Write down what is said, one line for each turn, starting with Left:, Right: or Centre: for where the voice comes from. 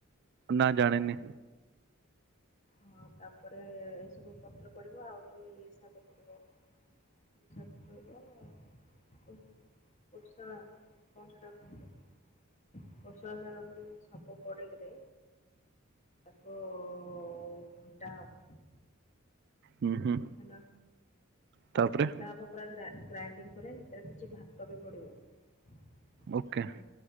Right: ନା ଜଣିନି।
Left: ହଁ ତାପରେ ଏସବୁ ପତ୍ର ପଡିବ ଆଉ ଯୋଉ ଇଏ ଶାଗ ପଡିବ। କୋଉଁ ଶାଗ କହିଲ <unintelligible> କୋସଳା କଣ ସେଟା କହନ୍ତି। କୁଶଳା ଶାଗ ପଡିବ ସବୁ ପଡିକିରେ ତାକୁ ଘଣ୍ଟା ହବ।
Right: ହୁଁ, ହୁଁ।
Left: ହେଲା
Right: ତାପରେ
Left: ଘଣ୍ଟା ହବ ପୁରା ଗ୍ରା ଗ୍ରାଇଣ୍ଡିଙ୍ଗ ପରେ ସେଥିରେ କିଛି ଭାତ ବି ପଡିବ। ହେଲା
Right: ଓକେ